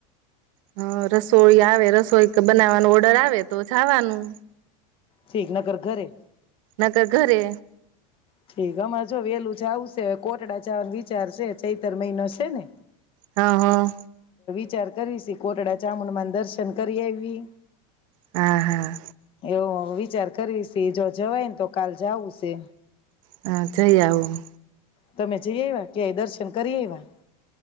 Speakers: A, on the right; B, on the left.
A: હ રસોઈ આવે રસોઈ બનાવવાનું ઓર્ડર આવે તો જાવાનું,
B: ઠીક નગર ઘરે
A: નકર ઘરે.
B: ઠીક. અમારે જો વેલું જવુંસ અત્યારે કોટડા જવાનો વિચાર છે ચૈતર મહિનો છે ને
A: હા. હા.
B: વિચાર કરી સ કોટડા જામુન મા ના દર્શન કરી આવી
A: હા હા.
B: એવું વિચાર કરવીશ જો જવાય ને તો કાલ જવું છે
A: હા જઈ આવું
B: તમે જઈ એવા ક્યાય દર્શન કરી આયવા